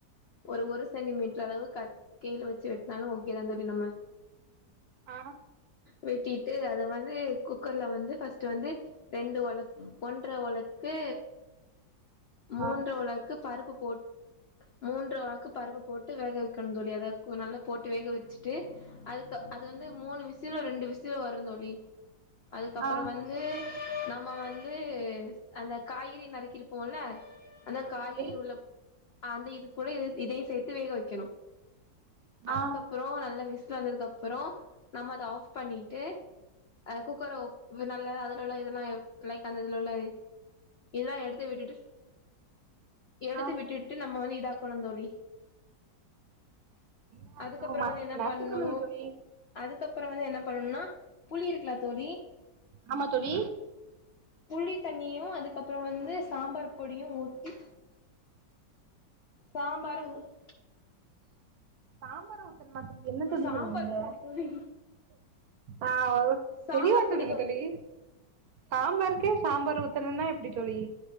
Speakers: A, on the left; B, on the right.
A: ஒரு ஒரு சென்டிமீட்ரு அளவு கட் ஸ்கேலு வெச்சு வெட்னாலு ஓகேதா தோழி நம்ம
B: அ
A: வெட்டிட்டு அத வந்து குக்கர்ல வந்து ஃபஸ்ட்டுவந்து ரெண்டு ஒலக் ஒன்ற ஒலக் கு மூன்ற
B: ஆ
A: உலக்கு பருப்பு போட் மூன்ற ஒலக்கு பருப்பு போட்டு வேக வெக்கணுந்தோழி அத நல்லா போட்டு வேக வெச்சுட்டு அதுக்கு அது வந்து மூணு விசிலோ ரெண்டு விசிலோ வருந் தோழி அதுக்கப்புற
B: ஆ
A: வந்து நம்ம வந்து அந்த காய்கறி நறுக்கிருப்போல அந்த
B: ஆமா
A: காய்கறி
B: தோழி
A: உள்ள அந்த இது கூட இது இதையு சேர்த்து வேக வெய்க்கணு அதுக்கப்
B: ஆ
A: பறோ நல்லா விசல் வந்ததுக்கு அப்புறோ நம்ம அத ஆஃப் பண்ணிட்டு அ குக்கரு நல்ல அதுலுள்ள இதெல்லா லைட் அந்த இதுல உள்ள இதெல்லா எடுத்து விட்டுட்டு எடுத்து
B: ஆ
A: விட்டுட் டு நம்ம வந்து இதாக்கணுந் தோழி
B: என்ன ஆக்கணு
A: அதுக்கப்புறோ
B: மச
A: வந்து என்ன
B: நசுக்கணுங்க
A: பண்ணு
B: தோழி
A: அதுக்கப்புற வந்து என்ன பண்ணுனா புளி இருக்லா தோழி
B: ஆமா தோழி
A: புளி தண்ணியு அதுக்கப்புற வந்து சாம்பார் பொடியு ஊத்தி சாம்பார ஊத்
B: சாம்பார ஊத்தனுமா தோழி என்ன தோழி
A: சாம்பார்
B: சொல்றீங்க
A: பொடி தோழி
B: ஆ ஓ
A: சாம்பார்
B: தெளிவா சொல்லுங்க
A: பொடி
B: தோழி சாம்பாருக்கே சாம்பார் ஊத்தணுன்னா எப்டி தோழி